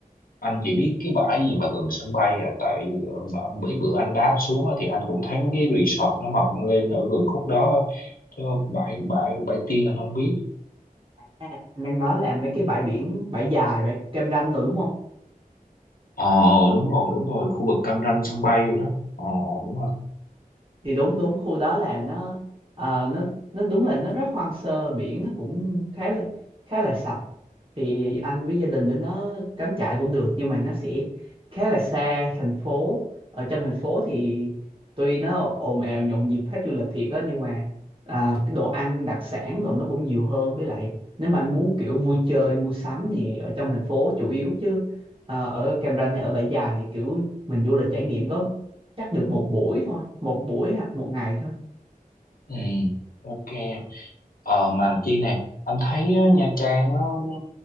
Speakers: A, on the left (about 70°); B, on the right (about 35°).
A: anh chỉ biết cái bãi gì mà gần sân bay à tại ờ, mà mấy bữa anh đáp xuống á, thì anh cũng thấy mấy cái resort nó mọc lên ở gần khúc đó á. chứ bãi bãi bãi Tiên anh không biết
B: À, anh đang nói là mấy cái bãi biển bãi dài bãi Cam Ranh rồi đúng không
A: ờ ờ, đúng rồi đúng rồi khu vực Cam Ranh sân bay rồi đó ờ ờ, đúng rồi
B: thì đúng đúng khu đó là nó ờ, nó nó đúng là nó rất hoang sơ biển nó cũng khá là khá là sạch thì anh với gia đình đến nó cắm trại cũng được nhưng mà nó sẽ khá là xa thành phố ở trong thành phố thì tuy nó ồn ào nhộn nhịp khách du lịch thiệt á nhưng mà à, cái đồ ăn đặc sản rồi nó cũng nhiều hơn với lại nếu mà anh muốn kiểu vui chơi mua sắm thì ở trong thành phố chủ yếu chứ à, ở Cam Ranh hay ở Bãi Dài thì kiểu mình du lịch trải nghiệm có chắc được một buổi thôi một buổi hoặc một ngày thôi
A: ừ ok ờ mà chi nè anh thấy á, Nha Trang á, ừ,